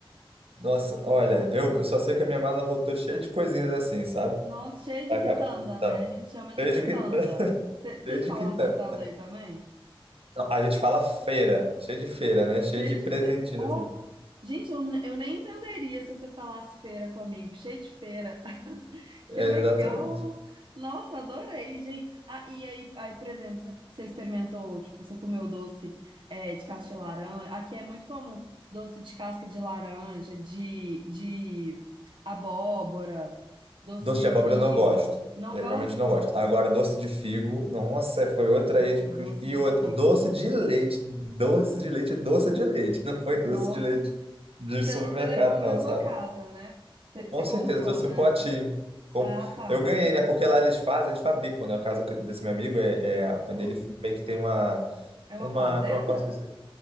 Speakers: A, on the right; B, on the right.
A: Nossa, olha, eu, eu só sei que a minha mala voltou cheia de coisinhas assim, sabe?
B: Nossa, cheio
A: Pra
B: de quitanda,
A: cá, pro Espírito
B: né?
A: Santo.
B: A gente chama de
A: Cheio
B: quitanda.
A: de quitanda, <laughs>
B: Vocês
A: cheio de
B: falam
A: quitanda.
B: quitanda aí também?
A: Não, A gente fala feira, cheio de feira, né? Cheio
B: Cheio
A: de
B: de
A: presentinho,
B: fe... Ó,
A: assim.
B: gente, eu, ne- eu nem entenderia se você falasse feira comigo. Cheio de feira. Que
A: É,
B: legal!
A: exatamente.
B: Nossa, adorei, gente. Ah, e aí, aí, por exemplo, você, você experimentou, tipo, você comeu doce é, de casca de laranja. Aqui é muito comum doce de casca de laranja, de, de abóbora, doce
A: Doce
B: de
A: de
B: figo.
A: abóbora eu não gosto.
B: Não
A: Eu
B: gosta?
A: realmente não gosto. Agora, doce de figo, nossa, foi outra
B: Nossa,
A: ex.
B: doce
A: E
B: de
A: outra,
B: figo.
A: doce de leite, doce de leite, doce de leite. Não foi doce
B: Nossa.
A: de leite de
B: Você,
A: supermercado,
B: você levou um pra
A: não,
B: sua
A: sabe?
B: casa, né? Você,
A: Com
B: você
A: certeza,
B: comprou,
A: eu trouxe
B: né?
A: um potinho. Com-
B: Ah, tá.
A: Eu ganhei, né? Porque lá eles fazem, eles fabricam, né? O caso desse meu amigo é, é a mãe dele meio que tem uma,
B: É uma
A: uma,
B: fazenda?
A: como eu posso dizer?